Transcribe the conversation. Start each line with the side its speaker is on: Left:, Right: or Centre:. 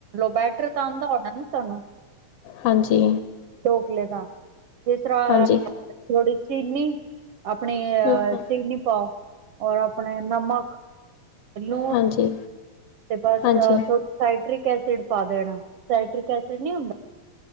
Right: ਬੈਟਰ ਤਾਂ ਆੱਦਾ ਹੋਣਾ ਨਾ ਤੁਹਾਨੂੰ
Left: ਹਾਂਜੀ
Right: ਢੋਕਲੇ ਦਾ ਜਿਸ ਤਰ੍ਹਾਂ
Left: ਹਾਂਜੀ
Right: ਥੋੜੀ ਚੀਨੀ ਆਪਣੇ ਅ
Left: ਹੂੰ ਹੂੰ
Right: ਚੀਨੀ ਪਾਓ ਔਰ ਆਪਣੇ ਨਮਕ ਲੂਣ
Left: ਹਾਂਜੀ
Right: ਤੇ ਬਸ
Left: ਹਾਂਜੀ।
Right: ਥੋ ਸਾਇਟਰ੍ਰਿਕ ਏਸਿਡ ਪਾ ਦੇਣਾ ਸਾਇਟਰ੍ਰਿਕ ਏਸਿਡ ਨਹੀਂ ਹੁੰਦਾ